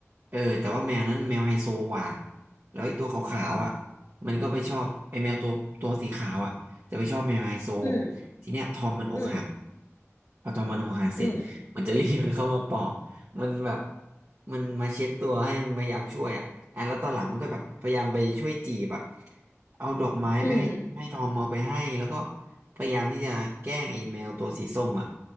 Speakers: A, on the right; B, on the left.
A: เออแต่ว่าแมวนั้นแมวไฮโซกว่าแล้วไอ้ตัวขาวๆอ่ะมันก็ไปชอบไอ้แมวตัวตัวสีขาวอ่ะจะไปชอบแมวไฮโซ
B: อืม
A: ทีเนี้ยทอมมันอกหัก
B: อืม
A: พอทอมมันอกหักเสร็จ
B: อืม
A: มันจะรีบมันเข้ามาปอกมันแบบมันมาเช็ดตัวให้พยายามช่วยอ่ะอ่ะแล้วตอนหลังมันก็แบบพยายามไปช่วยจีบอ่ะเอาดอกไม้ไปให้ให้ทอมเอาไปให้แล้วก็
B: อืม
A: พยายามที่จะแกล้งไอ้แมวตัวสีส้มอ่ะ